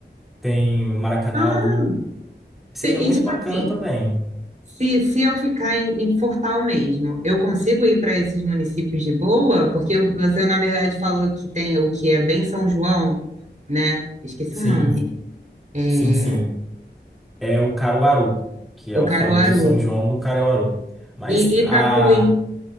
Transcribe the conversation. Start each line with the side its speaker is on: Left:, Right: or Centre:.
Centre: tem o Maracanaú.
Right: Ah,
Centre: Seria
Right: Te-
Centre: muito
Right: E tipo
Centre: bacana
Right: assim,
Centre: também.
Right: Se, se eu ficar em, em Fortal mesmo, eu consigo ir para esses municípios de boa? Porque você, na verdade, falou que tem o que é bem São João, né? Esqueci
Centre: Sim,
Right: o nome. É,
Centre: sim, sim. é o Caruaru, que é
Right: o
Centre: o
Right: Caruaru.
Centre: famoso São João do Caruaru. Mas
Right: E
Centre: a,
Right: Itapuí.